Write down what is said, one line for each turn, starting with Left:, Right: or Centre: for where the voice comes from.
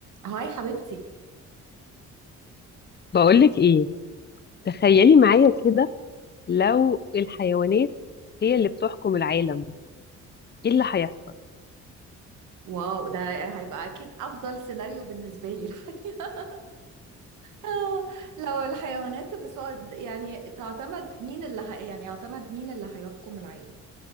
Right: هاي حبيبتي
Left: بقولك ايه تخيلي معايا كده لو الحيوانات هي اللي بتحكم العالم ايه اللي هيحصل
Right: واو ده هيبقى اكيد افضل سيناريو بالنسبه لي <laughs> الحقيقه آه، لو الحيوانات بس هو يعني تعتمد مين اللي ه... يعني يعتمد مين اللي هيحكم العالم